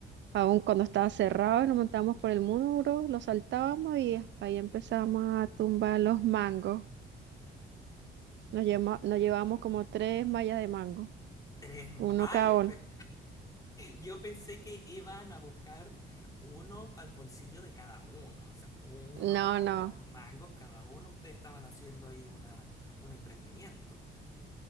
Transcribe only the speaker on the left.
Tres. ma-
Ah,
yo,
pe- yo pensé que iban a buscar uno para el bolsillo de cada uno. O sea, uno,
dos mangos cada uno. Ustedes estaban haciendo ahí una, un emprendimiento.